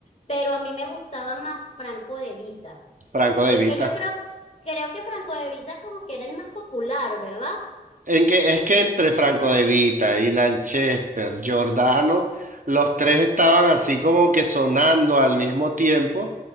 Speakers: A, on the left; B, on the right.
A: pero a mí me gustaba más Franco De Vita.
B: Franco
A: Es
B: De Vita.
A: que yo creo, creo que Franco De Vita como que era el más popular, ¿verdad?
B: En que, es que entre Franco De Vita y Lanchester, Giordano, los tres estaban así como que sonando al mismo tiempo